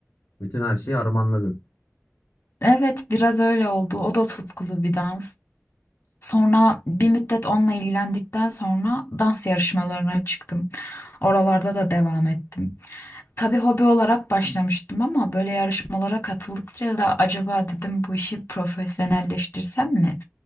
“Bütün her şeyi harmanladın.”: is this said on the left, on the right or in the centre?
Left